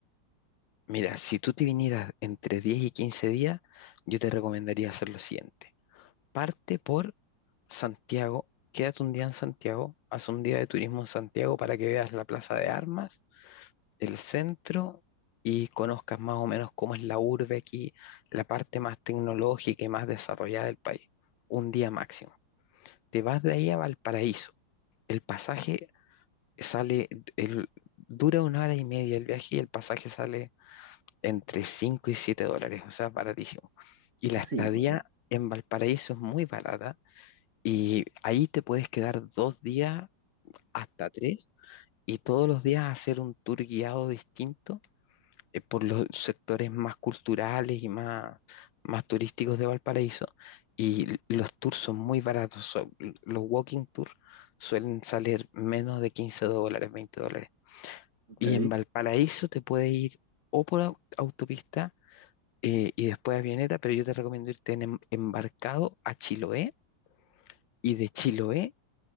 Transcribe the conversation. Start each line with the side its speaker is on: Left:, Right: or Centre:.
Left: Mira, si tú te vinieras entre 10 y 15 días, yo te recomendaría hacer lo siguiente. Parte por Santiago, quédate un día en Santiago, haz un día de turismo en Santiago para que veas la Plaza de Armas, el centro y conozcas más o menos cómo es la urbe aquí, la parte más tecnológica y más desarrollada del país. Un día máximo. Te vas de ahí a Valparaíso. El pasaje sale, el, dura una hora y media el viaje y el pasaje sale entre 5 y 7 dólares, o sea, baratísimo. Y la
Right: Sí,
Left: estadía
Right: bueno,
Left: en Valparaíso es muy barata y ahí te puedes quedar dos días hasta tres y todos los días hacer un tour guiado distinto eh, por los sectores más culturales y más, más turísticos de Valparaíso. Y l- los tours son muy baratos, son- los walking tours suelen salir menos de 15 dólares, 20 dólares.
Right: ok.
Left: Y en Valparaíso te puedes ir o por au- autopista eh, y después a Avioneta, pero yo te recomiendo irte en em- embarcado a Chiloé y de Chiloé